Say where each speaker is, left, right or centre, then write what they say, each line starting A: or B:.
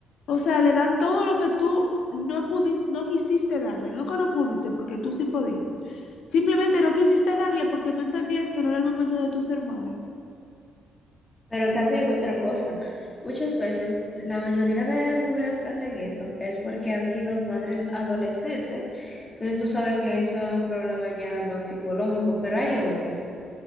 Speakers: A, on the left (about 75°); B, on the left (about 20°).
A: O sea, le dan todo lo que tú no pudiste, no quisiste darle, no que no pudiste, porque tú sí podías. Simplemente no quisiste darle porque tú entendías que no era el momento de tu ser madre.
B: Pero también otra cosa, muchas veces la mayoría de mujeres que hacen eso es porque han sido madres adolescentes, entonces tú sabes que eso es un problema ya más psicológico, pero hay otras